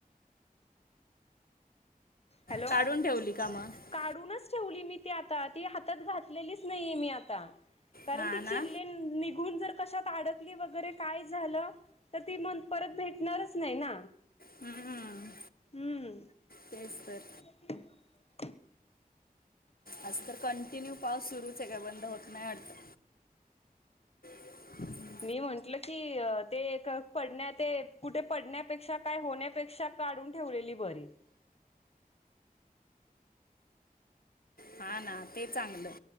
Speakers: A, on the left; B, on the left.
A: हॅलो
B: काढून ठेवली का? मग
A: काढूनच ठेवली मी ती आता ती हातात घातल्यालीच नाहीये मी आता. कारण
B: हा
A: ती चिरलेन
B: ना
A: निघून जर कशात अडकली वगैरे काय झालं तर ती म्ह परत भेटणारच नाय ना
B: हम्म
A: हम्म.
B: तेच तर.
A: <inaudible>
B: आज तर कंटिन्यू पाऊस सुरूच आय काय बंद होत नाय वाटत. <inaudible>
A: मी म्हंटलं की ते एक पडण्या ते कुठे पडण्यापेक्षा काय होण्यापेक्षा काढून ठेवलेली बरी.
B: हा ना ते चांगलं.